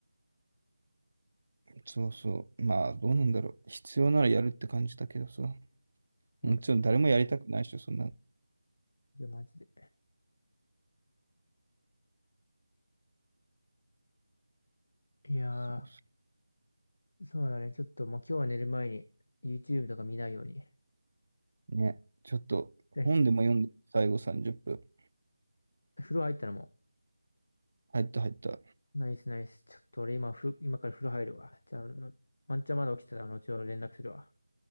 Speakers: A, on the right; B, on the left.
A: そうそう。まあ、どうなんだろう。必要ならやるって感じだけどさ。もちろん誰もやりたくないでしょ、
B: うん、
A: そんな。
B: いや、マジで。いや
A: そうそ
B: ー、そうだね。ちょっと、もう今日は寝る前に YouTube とか見ないように。
A: うね。ちょっと本でも読んで、
B: で
A: 最後30分。
B: 風呂入ったらもう
A: 入った入った。
B: ナイスナイス。ちょっと俺今ふ、今から風呂入るわ。じゃあ、あのワンチャンまだ起きてたら後ほど連絡するわ。